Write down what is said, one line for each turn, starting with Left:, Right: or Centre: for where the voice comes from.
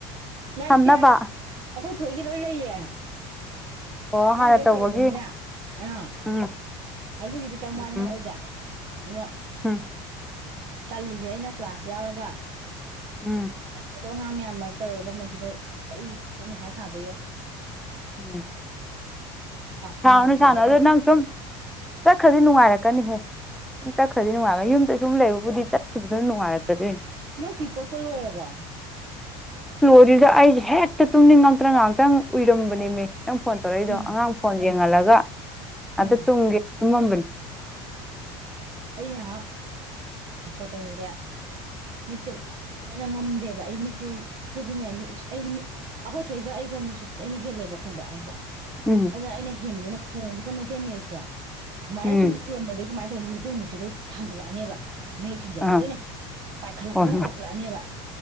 Right: ꯉꯥꯏꯇꯦ
Centre: ꯊꯝꯅꯕ
Right: ꯑꯩꯈꯣꯏ ꯊꯣꯏꯒꯤ ꯂꯣꯏ ꯂꯩꯌꯦ꯫
Centre: ꯑꯣ
Right: ꯋꯥ
Centre: ꯍꯥꯟꯅ
Right: ꯕꯦ
Centre: ꯇꯧꯕꯒꯤ
Right: ꯇꯧꯔꯝꯑꯅꯤꯅꯦ ꯑꯥ꯫
Centre: ꯎꯝ
Right: ꯑꯂꯨꯒꯤꯗꯤ ꯀꯔ ꯋꯥꯅꯤ
Centre: ꯎꯝ
Right: ꯑꯣꯏꯗꯦ ꯑꯗꫭ
Centre: ꯎꯝ
Right: ꯇꯜꯂꯤꯁꯦ ꯑꯩꯅ ꯀ꯭ꯂꯥꯁ ꯌꯥꯎꯔꯒ
Centre: ꯎꯝ
Right: ꯑꯗꯣ ꯑꯉꯥꯡ ꯃꯌꯥꯝ ꯃꯔꯛ ꯇꯧꯔꯒ ꯃꯁꯤꯗ ꯑꯩ ꯀꯣꯛ ꯃꯊꯥ ꯁꯥꯗꯣꯏꯌꯣ꯫
Centre: <inaudible> ꯁꯥꯔꯅꯨ
Right: ꯍꯨꯃꯥꯡ ꯁꯧꯕꯒ
Centre: ꯁꯥꯅꯨ ꯑꯗꯣ ꯅꯪ ꯁꯨꯝ ꯆꯠꯈ꯭ꯔꯗꯤ ꯅꯨꯡꯉꯥꯏꯔꯛꯀꯅꯤꯍꯦ꯫ ꯆꯠꯈ꯭ꯔꯗꯤ ꯅꯨꯡꯉꯥꯏꯔꯅꯤ ꯌꯨꯝꯗ ꯁꯨꯝ ꯂꯩꯕꯕꯨꯗꯤ ꯆꯠꯈꯤꯕꯗꯨꯅ ꯅꯨꯡꯉꯥꯏꯔꯛꯀꯗꯣꯏꯅꯤ꯫
Right: ꯅꯪ ꯐꯤ ꯀꯣꯔꯂꯣꯏꯔꯕꫭ꯫
Centre: ꯂꯣꯔꯤꯗ ꯑꯩꯁꯦ ꯍꯦꯛꯇ ꯇꯨꯝꯅꯤꯡ ꯉꯛꯇ ꯉꯥꯛꯇꯪ ꯎꯏꯔꯝꯕꯅꯦꯃꯤ ꯅꯪ ꯐꯣꯟ ꯇꯧꯔꯛꯏꯗꯣ
Right: ꯎꯝ
Centre: ꯑꯉꯥꯡ ꯐꯣꯟ ꯌꯦꯡꯍꯜꯂꯒ ꯉꯇꯪ
Right: ꯎꯝ
Centre: ꯇꯨꯝꯒꯦ ꯇꯨꯝꯃꯝꯕꯅꯤ꯫
Right: ꯑꯩ ꯉꯍꯥꯛ ꯑꯈꯋꯥꯠ ꯇꯧꯔꯨꯔꯦ꯫ ꯃꯤꯠꯁꯦ ꯂꯅꯨꯡꯉꯥꯏꯃꯟꯗꯅ ꯉꯝꯗꯦꯕ ꯑꯩ ꯃꯤꯠꯁꯦ ꯑꯩꯈꯣꯏꯗꯤꯅꯦ ꯑꯩꯗꯤ ꯃꯤ ꯑꯩꯈꯣꯏꯊꯣꯏꯒ ꯑꯩ ꯒ ꯃꯤꯁꯣꯄꯁꯦ ꯑꯩꯅ ꯍꯦꯜ ꯂꯩꯕ ꯈꯪꯕ꯭ꯔꯥꯕꯖꯥ
Centre: ꯎꯝ
Right: ꯑꯗꯨꯅ ꯑꯩꯅ ꯍꯦꯟꯕꯅꯤꯅ ꯐꯣꯡꯁꯤꯗ ꯃꯩꯇꯩ ꯃꯌꯦꯛꯁꯦ ꯁꯨꯃꯥꯏꯅ
Centre: ꯎꯝ
Right: ꯁꯨꯝ ꯎꯔꯝꯕꯗꯒꯤꯩ ꯀꯃꯥꯏꯅ ꯅꯤ ꯃꯩꯇꯩ ꯃꯌꯦꯛꯁꯨ ꯂꯣꯏ ꯊꯥꯡꯒꯠꯂꯛꯑꯅꯦꯕ ꯃꯌꯦꯛꯁꯤꯡꯁꯦ
Centre: ꯑꯥ
Right: ꯂꯣꯏꯅ ꯄꯥꯏꯈꯠꯂꯛꯄꯗꯧꯅ
Centre: ꯍꯣꯏ ꯍꯣꯏ
Right: ꯇꯧꯈꯠꯂꯛꯑꯅꯦꯕ꯫